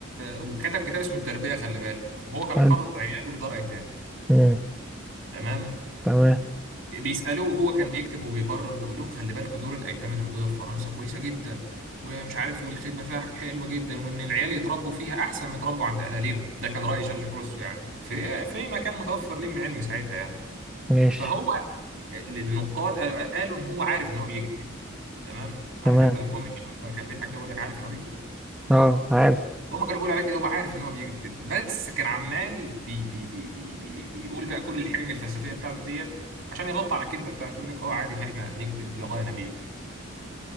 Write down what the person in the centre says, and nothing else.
حلو
مم.
تمام
ماشي
تمام
اه عارف